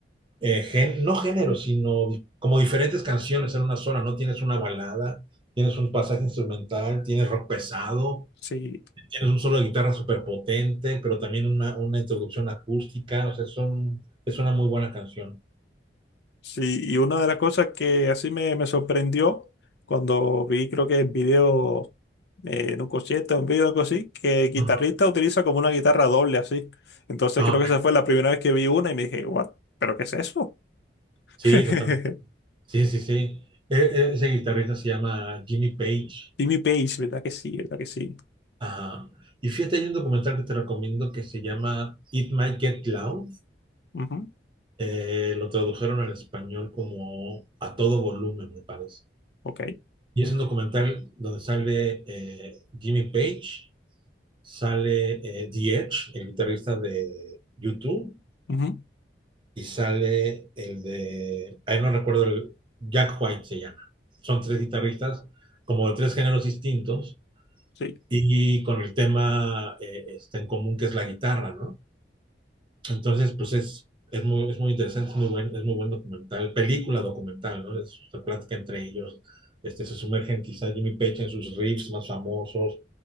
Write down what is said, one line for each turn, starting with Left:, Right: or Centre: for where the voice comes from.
Right: eh, gen- no género, sino di- como diferentes canciones en una sola, ¿no? Tienes una balada, tienes un pasaje instrumental, tienes rock pesado,
Left: Sí.
Right: tienes un solo de guitarra súper potente, pero también una, una introducción acústica, o sea, son, es una muy buena canción.
Left: Sí, y una de las cosas que así me, me sorprendió cuando vi, creo que el video eh, en un concierto, un video algo así, que el guitarrista
Right: Ujú.
Left: utiliza como una guitarra doble así. Entonces
Right: Ah,
Left: creo
Right: ok.
Left: que esa fue la primera vez que vi una y me dije, what, ¿pero qué es eso?
Right: Sí,
Left: <laughs>
Right: totalmente. Sí, sí, sí. E- e- ese guitarrista se llama Jimmy Page.
Left: Jimmy Page, ¿verdad que sí? ¿Verdad que sí?
Right: Ajá. Y fíjate, hay un documental que te recomiendo que se llama It Might Get Loud.
Left: Ujú,
Right: Eh, lo tradujeron al español como a todo volumen, me parece.
Left: ok,
Right: Y es un documental donde sale eh, Jimmy Page, sale eh, The Edge, el guitarrista de YouTube,
Left: ujú,
Right: y sale el de, ahí no recuerdo, el Jack White se llama. Son tres guitarristas como de tres géneros distintos
Left: sí.
Right: y con el tema eh, este, en común que es la guitarra, ¿no? Entonces, pues es, es muy, es muy interesante, es muy buen, es muy buen documental, película documental, ¿no? Es una plática entre ellos. Este, se sumergen quizá Jimmy Page en sus riffs más famosos,